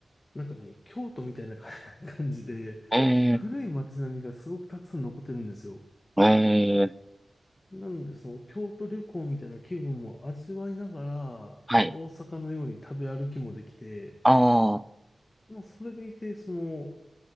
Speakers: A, on the left; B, in the centre.
A: なんかね、京都みたいな <laughs> 感じで、
B: え
A: 古い街並みがすごくたくさん残ってるんですよ。
B: ー、えー、
A: なんで、その京都旅行みたいな気分も味わいながら、
B: はい。
A: 大阪のように食べ歩きもできて、
B: あ
A: まあ、それでいて、その、